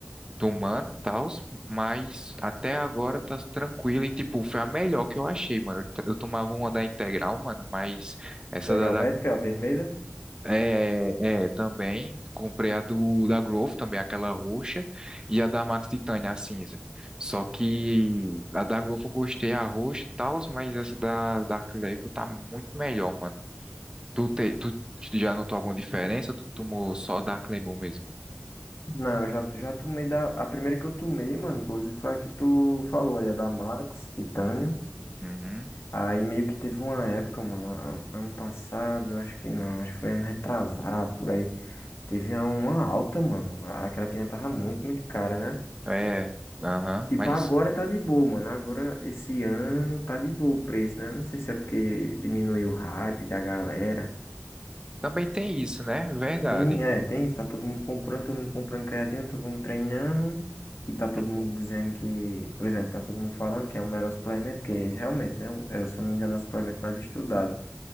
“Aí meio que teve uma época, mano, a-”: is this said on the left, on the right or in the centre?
Left